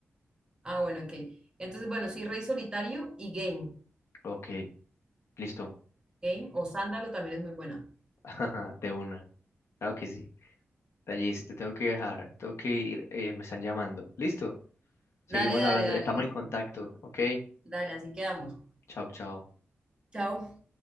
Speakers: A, on the right; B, on the left.
A: Ah, bueno, ok. Entonces, bueno, sí, Rey Solitario y Game.
B: Ok, listo.
A: Game o Sándalo también es muy buena.
B: <laughs> De una. Claro que sí. Tallis, te tengo que dejar. Tengo que ir. eh, me están llamando. Listo. Seguimos
A: Dale, dale,
B: hablando.
A: dale,
B: Estamos
A: listo.
B: en contacto. Ok.
A: Dale, así quedamos.
B: Chao, chao.
A: Chao.